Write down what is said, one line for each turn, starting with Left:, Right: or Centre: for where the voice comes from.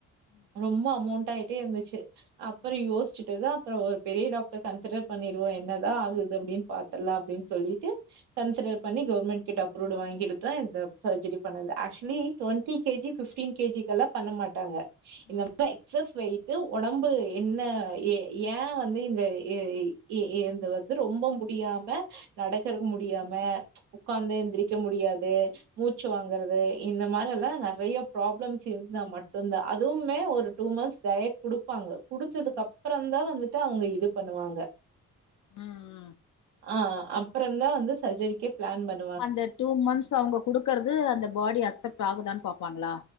Left: ம்
Right: ரொம்ப அமௌண்ட் ஆயி ட்டே இருந்துச்சி
Left: ம்
Right: அப்றோம் யோசிச்சிட்டு தா அப்றோம் ஒரு பெரிய டாக்டர் கன்சிடர் பண்ணிருவோ என்ன தா ஆகுது அப்டின் பாத்துரலா அப்டின் சொல்லிட்டு கன்சிடர் பண்ணி கவுர்மெண்ட் கிட்ட அப்ரூவ்ட் வாங்கிட்டு தா இந்த சர்ஜரி பண்ணது ஆக்சுவலி டொன்ட்டி கேஜி பிஃப்ட்டின் கேஜிக்கெல்லா பண்ண மாட்டாங்க இந்த
Left: ம்
Right: மாரி எக்ஸஸ் வெயிட்டு ஒனக் ம்பு என்ன ஏ ஏன் வந்து இந்த ஏ இ ஏ என்ந்து வந்து ரொம்ப முடியாம நடக்கறக்கு முடியாம உக்காந்து எந்திரிக்க முடியாது மூச்சி வாங்கறது இந்த மாரி எல்லா நறையா ப்ராப்ளம் ஸ் இருந்தா மட்டுந்தா அதுவுமே ஒரு டூ மந்த்ஸ் டயட் குடுப்பாங்க குடுத்ததுக்கப்
Left: ம்
Right: பறம்தான் வந்துட்டு அவுங்க இது பண்ணுவாங்க
Left: ம்
Right: ஆ அப்புறந்தான் வந்து சர்ஜரிக்கே பிளான் பண்
Left: அந்த டூ மந்த்ஸ் அவுங்க குடுக்கறது அந்த பாடி அக்சப்ட் ஆகுதான் பாப்பாங்களா